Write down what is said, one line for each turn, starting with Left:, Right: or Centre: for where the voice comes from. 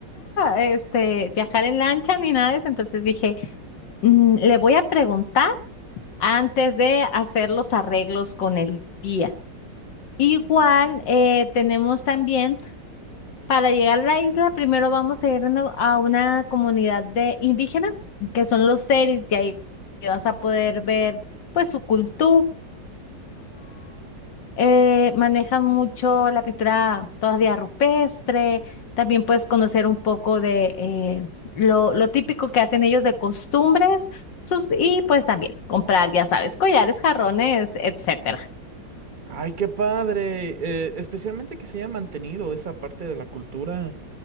Left: este viajar en lancha ni nada de eso. Entonces dije, mm, le voy a preguntar antes de hacer los arreglos con el guía. Igual eh, tenemos también, para llegar a la isla, primero vamos a ir a una a una comunidad de indígena, que son los seris, y ahí vas a poder ver pues su cultura, eh, manejan mucho la pintura todavía rupestre, también puedes conocer un poco de eh, lo, lo típico que hacen ellos de costumbres, sus, y pues también comprar, ya sabes, collares, jarrones, etcétera.
Right: Ay, qué padre. Eh, especialmente que se haya mantenido esa parte de la cultura.